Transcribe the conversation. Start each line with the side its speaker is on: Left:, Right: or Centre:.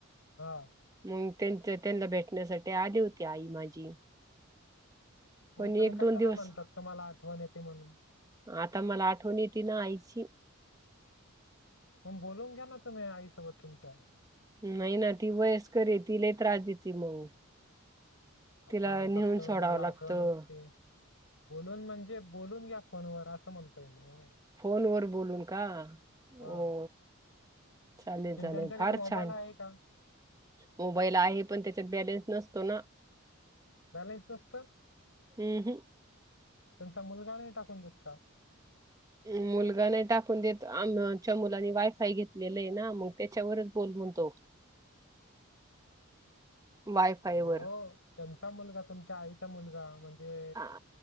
Left: हा..
Right: मग त्यांच त्यांना भेटण्यासाठी आली होती. आई माझी
Left: मग
Right: पण
Left: तुम्ही
Right: एक
Left: कशाला
Right: दोन दिवस
Left: म्हणतात. तूम्हाला आठवण येते म्हणून
Right: आता मला आठवण येती ना आईची
Left: मग बोलवून घ्या ना तुम्ही आईसोबत तुमच्या
Right: नाही ना ती वयस्कर हाय ति लई त्रास देते मग,
Left: आता
Right: तिला
Left: म्हणतात
Right: नेऊन
Left: तुम्ही
Right: सोडावं
Left: मला
Right: लागतं
Left: आठवण येती. बोलून म्हणजे बोलून घ्या फोनवर असं म्हणतोय मी ओ.
Right: फोन वर बोलून का?
Left: हा
Right: हो चालेल
Left: त
Right: चालेल
Left: त्यांच्याकडे
Right: फार
Left: मोबाईल
Right: छान
Left: आहे का?
Right: मोबाईल आहे पण त्याच्यात बॅलेन्स नसतो ना
Left: बॅलेन्स नसत!
Right: हम् हम,
Left: त्यांचा मुलगा नाही टाकून देत का?
Right: मुलगा नाही टाकून देत आमच्या मुलांनी वायफाय घेतलेला आहे ना म त्याच्यावरच बोल म्हणतो. वायफाय
Left: नाही
Right: वर
Left: हो त्यांचा मुलगा तुमच्या आईचा मुलगा म्हणजे
Right: आ-